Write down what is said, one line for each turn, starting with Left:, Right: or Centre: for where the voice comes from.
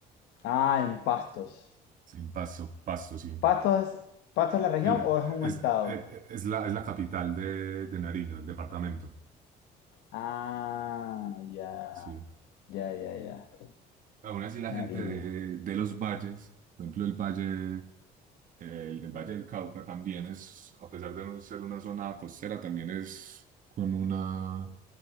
Left: Ah, en Pastos.
Right: Sí, en Pasto, Pasto, sí.
Left: ¿Pastos es, Pastos es la región
Right: El-
Left: o es un
Right: es,
Left: estado?
Right: eh, eh, es la, es la capital de, de Nariño, el departamento,
Left: Ah, ya,
Right: sí.
Left: ya, ya, ya.
Right: Aún así la
Left: Nariño.
Right: gente de, de los valles, por ejemplo el valle, el, el Valle del Cauca también es, a pesar de no ser una zona costera, también es con una